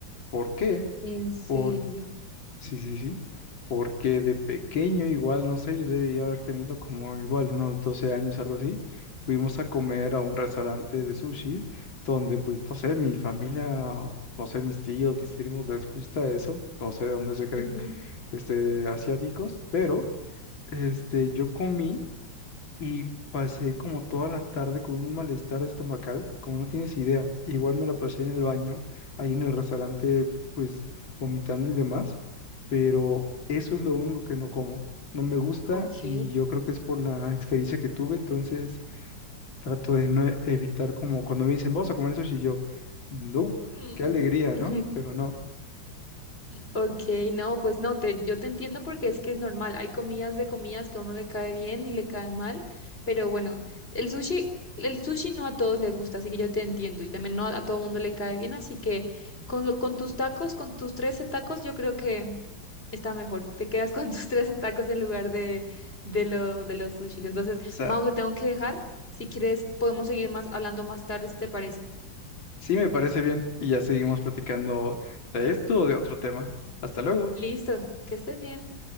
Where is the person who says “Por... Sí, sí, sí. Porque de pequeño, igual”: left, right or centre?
Left